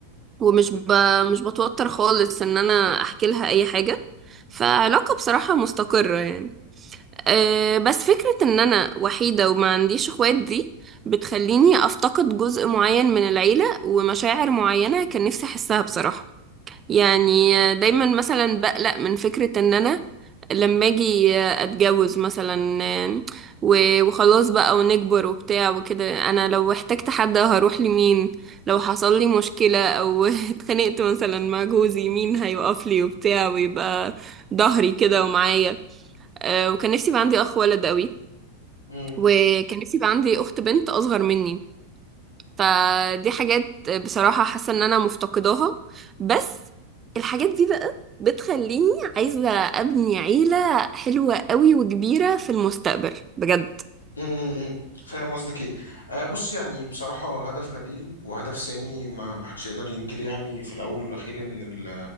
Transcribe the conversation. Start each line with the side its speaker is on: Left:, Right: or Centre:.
Right: ومش ب... مش بتوتر خالص ان انا احكي لها اي حاجة فعلاقة بصراحة مستقرة يعني أه بس فكرة ان انا وحيدة وما عنديش اخوات دي بتخليني افتقد جزء معين من العيلة ومشاعر معينة كان نفسي احسها بصراحة يعني دايما مثلا بقلق من فكرة ان انا لما اجي اتجوز مثلا و- وخلاص بقى ونكبر وبتاع وكده انا لو احتجت حد هروح لمين لو حصل لي مشكلة او <laughs> اتخانقت مثلا مع جوزي مين هيقف لي وبتاع ويبقى ظهري كده ومعايا أه، وكان نفسي يبقى عندي اخ ولد قوي
Left: لك
Right: وكان نفسي يبقى عندي اخت بنت اصغر مني فدي حاجات بصراحة حاسة ان انا مفتقداها بس الحاجات دي بقى بتخليني عايزة ابني عيلة حلوة قوي وكبيرة في المستقبل بجد
Left: امم فاهم قصدك ايه آه بص يعني بصراحة هدف نبيل وهدف سامي ما ما حدش يقدر ينكر يعني في الأول والأخير إن ال-